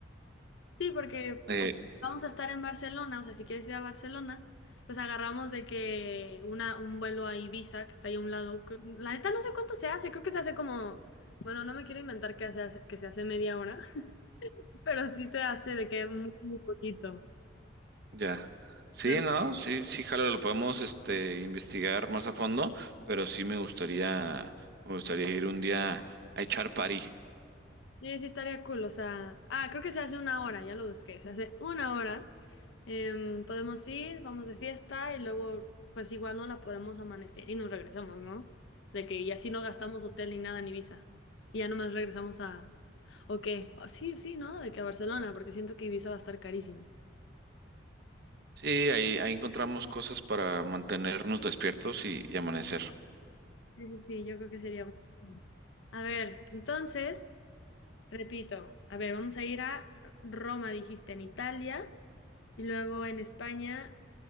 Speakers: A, on the left; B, on the right.
A: Sí, porque
B: Eh,
A: o sea, vamos a estar en Barcelona, o sea, si quieres ir a Barcelona, pues agarramos de que una, un vuelo a Ibiza, que está ahí a un lado. Cre- La neta no sé cuánto se hace, creo que se hace como, bueno, no me quiero inventar que se hace, que se hace media hora, <laughs> pero sí se hace de que muy, muy poquito.
B: ya. Sí,
A: Pero
B: no, sí, sí, jalo, lo podemos este, investigar más a fondo, pero sí me gustaría, me gustaría ir un día a echar party.
A: Sí, sí estaría cool, o sea, ah, creo que se hace una hora, ya lo busqué, se hace una hora. Em, podemos ir, vamos de fiesta y luego, pues igual no la podemos amanecer y nos regresamos, ¿no? De que y así no gastamos hotel ni nada en Ibiza. Y ya nomás regresamos a... ¿O qué? O- sí, sí, ¿no? De que a Barcelona, porque siento que Ibiza va a estar carísimo.
B: Sí, ahí, ahí encontramos cosas para mantenernos despiertos y, y amanecer.
A: Sí, sí, sí, yo creo que sería... A ver, entonces, repito, a ver, vamos a ir a Roma, dijiste, en Italia, y luego en España